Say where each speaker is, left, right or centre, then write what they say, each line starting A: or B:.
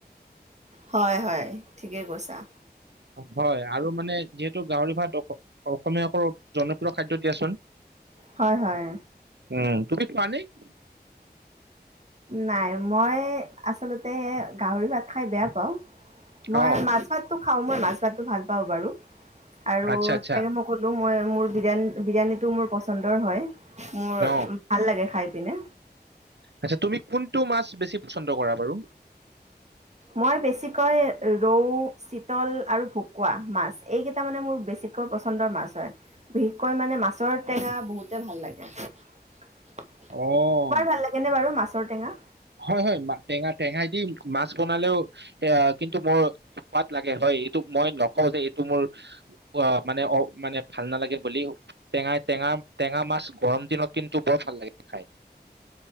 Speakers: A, on the right; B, on the right.
A: হয় হয় ঠিকেই কৈছা।
B: হয় আৰু মানে যিহেতু গাহৰি ভাত দক- অসমীয়াসকলৰ জনপ্ৰিয় খাদ্য দিয়াচোন
A: হয় হয়
B: উম <unintelligible>
A: নাই মই আচলতে গাহৰি ভাত খাই বেয়া পাওঁ। মই
B: অ',
A: মাছতো খাওঁ মই মাছ ভাতটো ভাল পাওঁ বাৰু। আৰু
B: আচ্ছা আচ্ছা
A: তেনেকে মই কলোং মই মোৰ বিৰিয়ানী বিৰিয়ানীটো মোৰ পচন্দৰ হয় মোৰ
B: অ',
A: ভাল লাগে খাই। পিনে
B: আচ্ছা তুমি কোনটো মাছ বেছি পছন্দ কৰা বাৰু?
A: মই বেছিকৈ ৰৌ, চিতল আৰু ভকুৱা মাছ এইকেইটা মানে মোৰ বেছিকৈ পচন্দৰ মাছ হয়। বিশেষকৈ মানে মাছৰ টেঙা বহুতে ভাল লাগে। তোমাৰ
B: অ',
A: ভাল লাগে নে বাৰু মাছ? মাছৰ টেঙা
B: হয় হয় ম টেঙা টেঙাই দি মাছ বনালেও এ কিন্তু মোৰ সোৱাদ লাগে হয় এইটো মই নকওঁ যে এইটো মোৰ অ মানে অ মানে ভাল নালাগে বুলি টেঙা টেঙা টেঙা মাছ গৰম দিনত কিন্তু বৰ ভাল লাগে খাই।